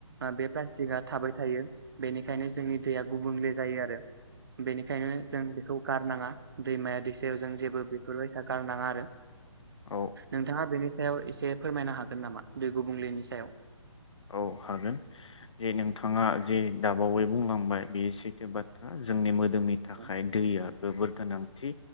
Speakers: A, on the right; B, on the left.
A: बे प्लास्टिकआ थाबाय थायो। बेनि खायनो जोंनि दैया गुबुंले जायो आरो। बेनिखायनो जों बेखौ गारनाङा। दैमाया दैसायाव जों जेबो बेफोरबाय सा गारनाङा आरो।
B: औ
A: नोंथाङा बेनि सायाव एसे फोरमायनो हागोन नामा बे गुबुंलेनि सायाव?
B: औ हागोन जे नोंथाङा जे दाब बावै बुंलांबाय बेयो सैथो बाथ्रा जोंनि मो जोंनि थाखाय
A: औ
B: दैया जोबोर गोनांथि।